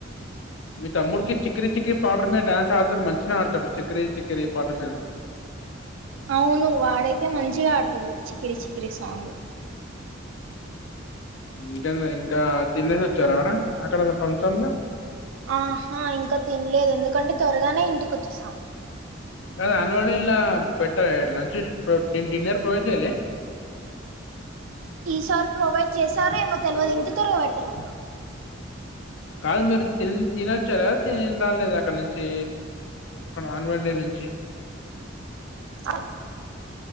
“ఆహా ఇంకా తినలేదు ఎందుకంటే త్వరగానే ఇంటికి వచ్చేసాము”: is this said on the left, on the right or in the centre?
Right